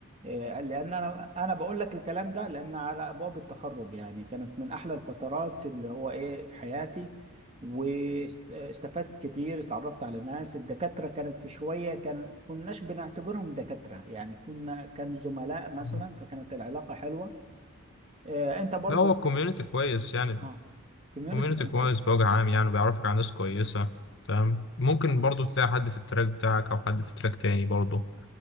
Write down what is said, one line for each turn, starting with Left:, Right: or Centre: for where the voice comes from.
Right: آه، لان انا انا بقول لك الكلام ده لان على ابواب التخرج يعني كانت من احلى الفترات اللي هو ايه في حياتي واستفدت كتير اتعرفت على ناس الدكاتره كانت شويه كان كناش بنعتبرهم دكاتره يعني كنا كان زملاء مثلا
Left: آه.
Right: فكانت العلاقه حلوه آه، انت برضو
Left: لا هو الكوميونيتي كويس يعني
Right: اه كوميونتي
Left: الكوميونيتي
Right: كانت
Left: كويس
Right: كويسه
Left: بوجه عام يعني بيعرفك على ناس كويسة تمام ممكن برضو تلاقي حد في التراك بتاعك أو حد في تراك تاني برضو